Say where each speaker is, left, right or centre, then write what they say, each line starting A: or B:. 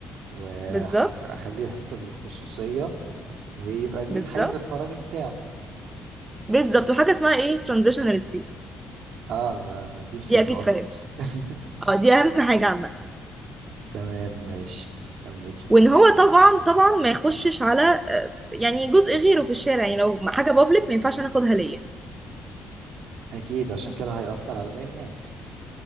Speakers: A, on the right; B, on the right.
A: واخليه
B: بالظبط
A: يحس بالخصوصيه ويبقى ليه
B: بالظبط
A: الحيز الفراغي بتاعه
B: بالظبط وحاجه اسمها ايه ترانزيشنال سبيس
A: اه ده انا دي نسيتها
B: دي اكيد
A: اصلا
B: فاهم
A: <laughs>
B: اه دي اهم حاجه عامه
A: تمام ماشي كملي
B: وان هو طبعا طبعا ما يخشش على آه، يعني جزء غيره في الشارع يعني لو حاجه بابليك ما ينفعش ناخدها ليا
A: اكيد عشان كده هيأثر على باقي الناس